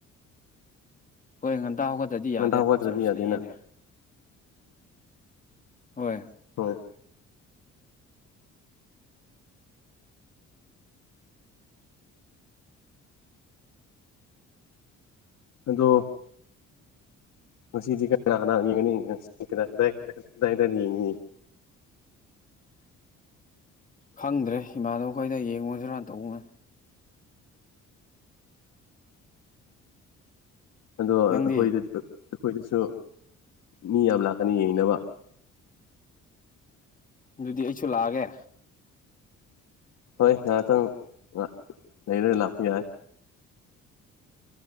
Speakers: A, on the left; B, on the left.
A: ꯍꯣꯏ ꯉꯟꯇꯥ ꯍꯧꯒꯠꯠꯇꯗꯤ
B: ꯉꯟꯇꯥ
A: ꯌꯥꯗꯦ
B: ꯍꯧꯒꯠꯇ꯭ꯔꯗꯤ
A: ꯆꯥꯔꯆ
B: ꯌꯥꯗꯦꯅ
A: ꯂꯩꯒꯦꯅꯦ ꯍꯣꯏ
B: ꯍꯣꯏ ꯑꯗꯣ ꯉꯁꯤꯗꯤ ꯀꯅꯥ ꯀꯅꯥ ꯌꯦꯒꯅꯤ ꯉꯁꯤ ꯀꯗꯥꯏ ꯀꯗꯥꯏ ꯌꯦꯅꯤ
A: ꯈꯪꯗ꯭ꯔꯦ ꯏꯃꯥꯟꯅꯕꯗꯣꯏꯗ ꯌꯦꯡꯉꯨꯁꯤꯔꯥ ꯇꯧꯕꯅꯦ
B: ꯑꯗꯣ
A: ꯅꯪꯗꯤ
B: ꯑꯩꯈꯣꯏꯗ ꯑꯩꯈꯣꯏꯗꯁꯨ ꯃꯤ ꯌꯥꯝ ꯂꯥꯛꯀꯅꯤ ꯌꯦꯡꯅꯕ
A: ꯑꯗꯨꯗꯤ ꯑꯩꯁꯨ ꯂꯥꯛꯑꯒꯦ
B: ꯍꯣꯏ ꯉꯥꯏꯍꯥꯛꯇꯪ ꯉꯍꯥꯛ ꯂꯩꯔꯒ ꯂꯥꯛꯄ ꯌꯥꯏ